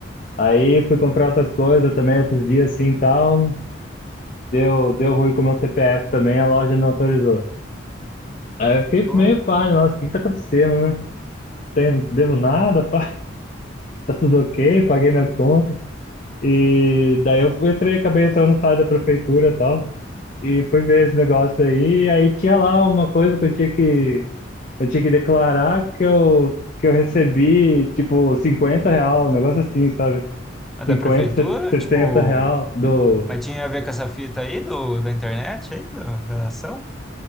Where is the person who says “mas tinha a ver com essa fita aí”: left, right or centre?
Centre